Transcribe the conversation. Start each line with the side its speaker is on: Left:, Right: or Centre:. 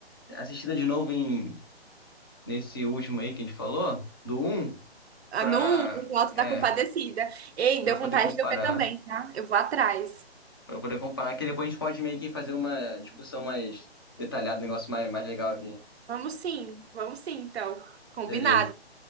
Left: assistida de novo em nesse último aí que a gente falou, do um
Right: ah,
Left: pra.
Right: no no Alto
Left: É,
Right: da Compadecida. Ei,
Left: pra
Right: deu
Left: eu poder
Right: vontade
Left: comparar.
Right: de eu ver também, tá? Eu vou atrás.
Left: Pra eu poder comparar, que depois a gente pode meio que fazer uma discussão mais detalhada, um negócio mais, mais legal aqui.
Right: Vamos sim, vamos sim, então. Combinado.
Left: Beleza.